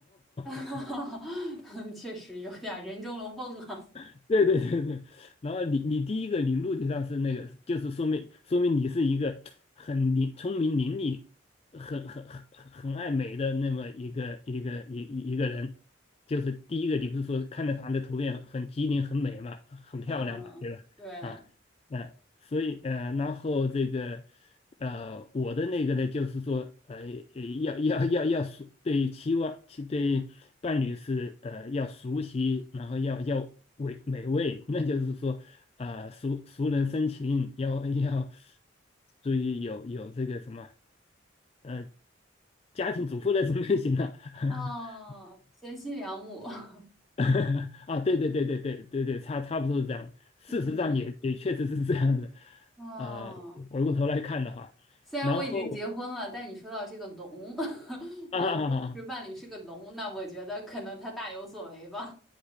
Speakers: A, in the centre; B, on the left.
A: <laughs>
B: <laughs>
A: 确实有点人中龙凤啊。
B: <laughs> 对对对对，然后你你第一个你陆地上是那个，就是说明说明你是一个很伶聪明伶俐、很很很很爱美的那么一个一个一一个人。就是第一个，你不是说看着他的图片很机灵、很美嘛，很漂亮嘛，
A: 嗯，
B: 对吧？
A: 对，
B: 啊，嗯，所以呃，然后这个呃，我的那个呢，就是说呃，呃要要要要熟，对期望期对伴侣是呃要熟悉，然后要要美美味，那就是说呃熟熟能生情，要要注意有有这个什么呃家庭主妇那种类型的，
A: 哦，
B: <laughs>
A: 贤妻良母，<laughs>
B: <laughs> 啊，对对对对对对对，差差不多是这样。事实上也也确实是这样的。
A: 嗯，哦，
B: 啊、回过头来看的话，
A: 虽然我已经结婚了，
B: 然后
A: 但你说到这个龙，<laughs> 我的真实伴侣是个龙，
B: 啊，<laughs>
A: 那我觉得可能他大有所为吧，